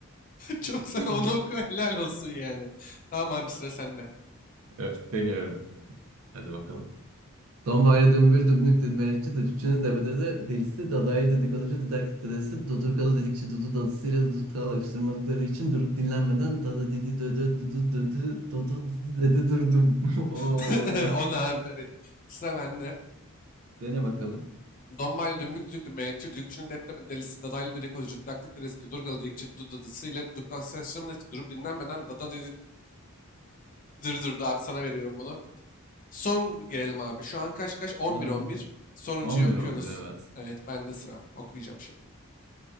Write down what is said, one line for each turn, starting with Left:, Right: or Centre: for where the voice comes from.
Left: Çok sen
Right: <laughs>
Left: onu oku helal olsun yani. Tamam abi sıra sende.
Right: evet deniyorum. Hadi bakalım. Dombaylı dümbül dümbük dümbelekçi düdükçünün debede de delisi dadaylı dedikoducu didaktik dedesi dodurgalı dedikçi dudu dadısıyla duduktağı alıştırmalıkları için durup dinlenmeden dada dedi dödö dudu dödü dodu dudu dedi durdum. <laughs> Oo
Left: <laughs>
Right: yok.
Left: Onu harbiden evet. Sıra bende.
Right: Dene bakalım.
Left: Dombaylı dümbük düdüklü melekçi, düdükçünün depremi delisi, dadaylı dedikoducu, didaktik delisi, dudurgalı dedikçi, dudadısı ile duduktan ses çıkmadığı için durup dinlenmeden dada durdu. Abi sana veriyorum bunu. Son gelelim abi. Şu an kaç kaç? 11-11.
Right: Aa,
Left: Sonuncuyu
Right: On
Left: okuyoruz.
Right: bir on bir evet.
Left: Evet bende sıra. Okuyacağım şimdi.